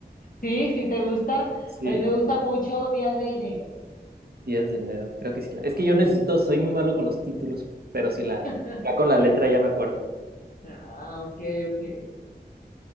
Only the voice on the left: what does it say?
Sí, sí, te gusta.
A mí me gusta mucho Día de Enero.
Sí.
<laughs>
Ah, ok, ok.